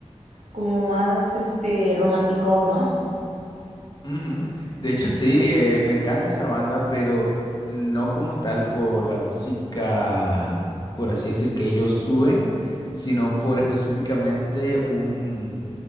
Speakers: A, on the right (about 90°); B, on the left (about 35°).
A: como más, este, romanticón, ¿no?
B: Ujú. De hecho, sí, eh, me encanta esa banda, pero no como tal por la música, por así decir, que ellos suben, sino por específicamente un,